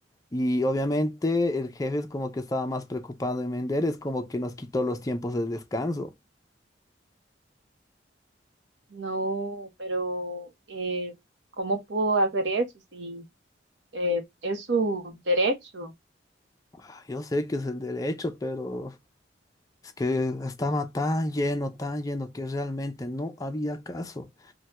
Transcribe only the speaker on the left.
Y obviamente el jefe es como que estaba más preocupado en vender, es como que nos quitó los tiempos de descanso.
Ah, Yo sé que es el derecho, pero es que estaba tan lleno, tan lleno que realmente no había caso.